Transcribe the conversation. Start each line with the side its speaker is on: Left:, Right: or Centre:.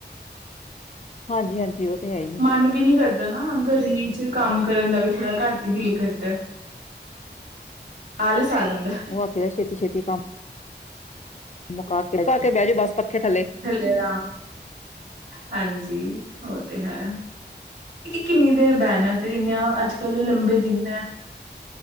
Left: ਹਾਂਜੀ-ਹਾਂਜੀ, ਉਹ ਤੇ ਹੈ ਹੀ
Right: ਮਨ
Left: ਆ
Right: ਵੀ ਨਹੀਂ ਕਰਦਾ ਨਾ ਗਰਮੀ ਚ ਕੰਮ ਕਰਨ ਦਾ ਵੀ ਥੋੜਾ ਘੱਟ ਹੀ ਦਿਲ ਕਰਦਾ ਆਲ ਆ ਜਾਂਦਾ
Left: ਕਹਿੰਦਾ ਛੇਤੀ ਛੇਤੀ ਕੰਮ ਮੁਕਾ ਕੇ ਮੁਕਾ ਕੇ ਬਹਿ ਜਾਓ ਬਸ ਪੱਖੇ ਥੱਲੇ
Right: ਥੱਲੇ ਰਾਮ ਹਾਂਜੀ ਉਹ ਤੇ ਹੈ। ਕਿੰਨੀ ਦੇਰ ਬਹਿਣਾ ਫਿਰ ਇੰਨਾ ਅੱਜ ਕੱਲ ਲੰਬੇ ਦਿਨ ਹੈ।